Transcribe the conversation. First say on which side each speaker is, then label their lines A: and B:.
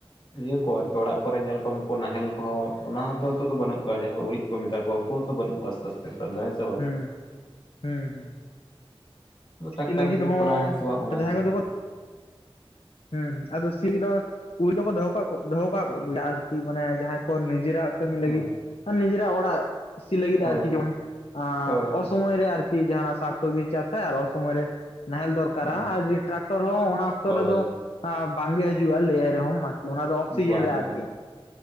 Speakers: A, on the left; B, on the left.
A: ᱤᱭᱟᱹ ᱠᱚ ᱟᱨᱠᱤ ᱚᱲᱟᱜ ᱠᱚᱨᱮ ᱧᱮᱞ ᱠᱚ ᱩᱱᱠᱩ ᱱᱟᱦᱮᱞ ᱠᱚᱦᱚᱸ ᱚᱱᱟ ᱦᱚᱸᱛᱚ ᱱᱤᱛᱚᱜ ᱫᱚ ᱵᱟᱹᱱᱩᱜ ᱠᱚᱣᱟ ᱡᱟᱦᱟᱸ ᱩᱨᱤᱡ ᱠᱚ ᱢᱮᱛᱟ ᱠᱚᱣᱟ ᱩᱝᱠᱩ ᱛᱚ ᱵᱟᱹᱱᱩᱜᱠᱚᱣᱟ ᱟᱥᱛᱮ ᱟᱥᱛᱮ ᱛᱮ ᱦᱮᱸ ᱥᱮ ᱵᱟᱝ
B: ᱦᱩᱸ ᱦᱩᱸ ᱦᱩᱸ
A: ᱦᱩᱸ ᱟ ᱴᱟᱠᱴᱟᱨ
B: ᱥᱤ ᱞᱟᱹᱜᱤᱫ
A: ᱦᱤᱡᱩᱜ
B: ᱦᱚᱸ
A: ᱠᱟᱱᱟ ᱦᱮᱸᱥᱮ ᱵᱟᱝ ᱚᱱᱟ
B: ᱡᱟᱦᱟᱸᱭ
A: ᱪᱤᱱ
B: ᱠᱚᱫᱚ ᱦᱩᱸ ᱦᱩᱸ ᱟᱫᱚ ᱥᱤ ᱫᱚ ᱩᱱᱤ ᱫᱚᱠᱚ ᱫᱚᱦᱚ ᱠᱟᱜ ᱫᱚᱦᱚ ᱠᱟᱜ ᱜᱮᱭᱟ ᱟᱨᱠᱤ ᱢᱟᱱᱮ ᱡᱟᱦᱟᱸᱭ ᱠᱚ ᱱᱤᱡᱮᱨᱟᱜ ᱠᱟᱹᱢᱤ ᱞᱟᱹᱜᱤᱫ
A: ᱦᱮᱸ
B: ᱱᱤᱡᱮᱨᱟᱜ ᱚᱲᱟᱜ ᱥᱤ ᱞᱟᱹᱜᱤᱫ ᱟᱨᱠᱤ
A: ᱦᱳᱭ
B: ᱡᱚᱢ ᱟ
A: ᱦᱳᱭ ᱦᱳᱭ
B: ᱚᱥᱚᱢᱚᱭ ᱨᱮ ᱟᱨᱠᱤ ᱡᱟᱦᱱᱟᱜ ᱥᱟᱠ ᱥᱚᱵᱽᱡᱤ ᱪᱟᱥᱟᱭ ᱟᱨ ᱚᱥᱚᱢᱚᱭ ᱨᱮ ᱱᱟᱦᱮᱞ ᱫᱚᱨ ᱠᱟᱨᱟ
A: ᱦᱩᱸ
B: ᱟᱨ ᱡᱩᱫᱤ ᱴᱨᱟᱠᱴᱚᱨ ᱦᱚᱸ ᱚᱱᱟ ᱚᱠᱛᱚ
A: ᱦᱳᱭ
B: ᱨᱮᱫᱚ ᱟ ᱵᱟᱝᱜᱮ ᱦᱤᱡᱩᱜᱼᱟ ᱞᱟᱹᱭᱟᱭ ᱨᱮᱦᱚᱸᱢ᱾ ᱚᱱᱟ ᱫᱚ ᱚᱠᱥᱤᱡᱮᱱ
A: ᱵᱟᱝ
B: ᱨᱮ ᱟᱨᱠᱤ
A: ᱵᱟᱝ